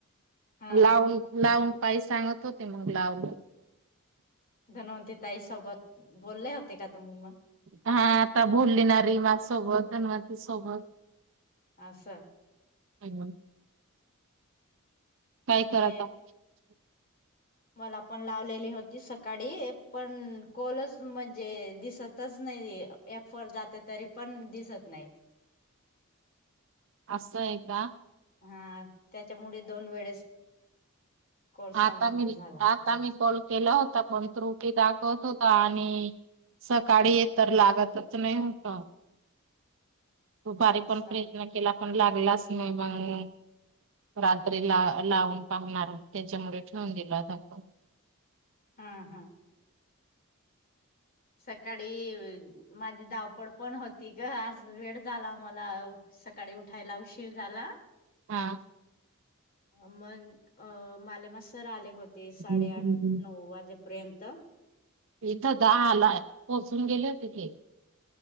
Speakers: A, on the left; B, on the right.
A: हा
B: लावून लावून ताई सांगत होते मग लाव.
A: धनवंती ताई सोबत बोलले होते का तुम्ही मग?
B: हा आता बोललीणारी माझ्या सोबत धनवंती सोबत.
A: आस
B: <unintelligible> काय
A: तिने
B: करत आ- <inaudible>
A: मला पण लावलेली होती सकाळी, पण कोलच म्हणजे दिसत <unintelligible> नाही ॲप वर जाते तरी पण दिसत नाही.
B: असय का?
A: हां त्याच्यामुळे दोन वेळेस कॉल समाप्त
B: आता मी
A: झाला.
B: आता मी कॉल केला होता पण त्रुटी दाखवत होता आणि सकाळी तर लागतच नाही होता. दुपारी
A: असं
B: पण प्रयत्न केला. पण लागलाच नाही मग रात्रीला लावून पाहणार. त्याच्यामुळे ठेवून दिला आता फोन.
A: हां हां सकाळी माझी धावपळ पण होती ग आज वेळ झाला मला. सकाळी उठायला उशीर झाला.
B: हा.
A: अ मन अं मालेमा सर आले होते साडे
B: हम्म.
A: आठ- नऊ वाजेपर्यंत.
B: इथं दहा ला पोहचून गेले होते ते.